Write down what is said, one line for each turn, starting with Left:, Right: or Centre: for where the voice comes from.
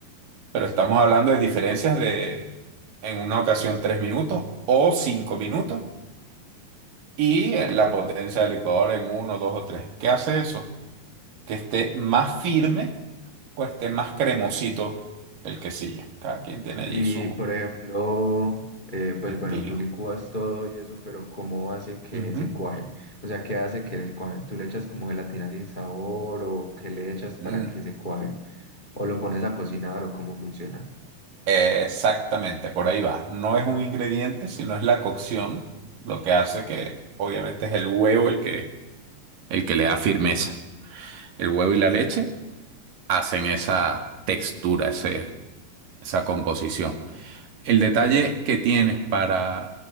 Right: Pero estamos hablando de diferencias de, en una ocasión, tres minutos o cinco minutos y en
Left: ok.
Right: la potencia del licuador en uno, dos o tres. ¿Qué hace eso? Que esté más firme o esté más cremosito el quesillo. Cada quien tiene
Left: Y
Right: allí su
Left: por ejemplo, eh, pues
Right: estilo.
Left: bueno, tú licúas todo y eso, pero ¿cómo hace que
Right: Ujú.
Left: se cuaje? O sea, ¿qué hace que el cuaje? ¿Tú le echas como gelatina sin sabor o qué le echas para
Right: Mm,
Left: que se cuaje? ¿O lo pones a cocinar o cómo funciona?
Right: eh, Exactamente, por ahí va. No es un ingrediente, sino es la cocción lo que hace que, obviamente, es el huevo el que, el que le da firmeza. El huevo y la leche hacen esa textura, ese- esa composición. El detalle que tienes para